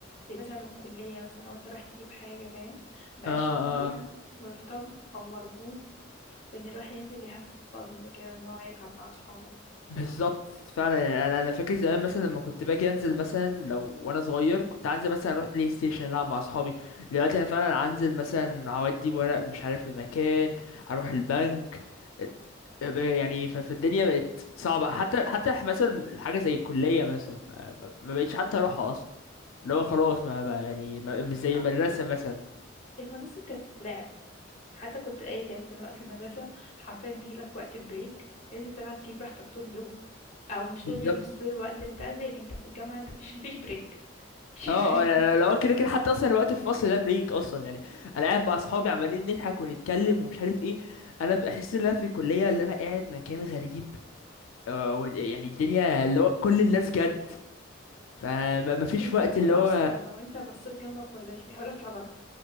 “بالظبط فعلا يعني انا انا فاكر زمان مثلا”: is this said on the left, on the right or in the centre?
Left